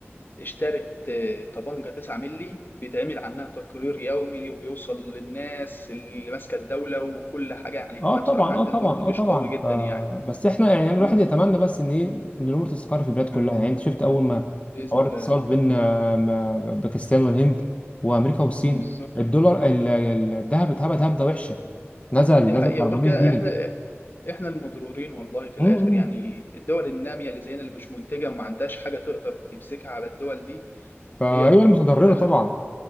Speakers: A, on the left (about 50°); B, on the left (about 30°).
A: اشترت آه، طبنجة 9 مللي بيتعمل عنها تقرير يومي وبيوصل للناس اللي ماسكة الدولة وكل حاجة يعني
B: اه
A: احنا
B: طبعا
A: بصراحة عندنا
B: اه طبعا
A: برضو
B: اه
A: جيش
B: طبعا
A: قوي جدا
B: ف
A: يعني
B: بس احنا يعني يعني الواحد
A: مم.
B: يتمنى بس ان ايه ان الامور تستقر في البلاد كلها
A: مم.
B: يعني انت شفت اول ما
A: بإذن
B: حوار
A: الله
B: الاتصال بين آه، ما- باكستان والهند وامريكا والصين
A: بالظبط
B: الدولار ال- ال- الذهب اتهبد هبده وحشه نزل
A: دي
B: نزل
A: حقيقة
B: ب 400
A: وغير كده
B: جنيه
A: احنا احنا المضرورين والله في الاخر
B: امم
A: يعني الدول الناميه اللي زينا اللي مش منتجه وما عندهاش حاجه تقدر تمسكها على الدول دي
B: فهي
A: هي اللي
B: المتضرره
A: في الاخر
B: طبعا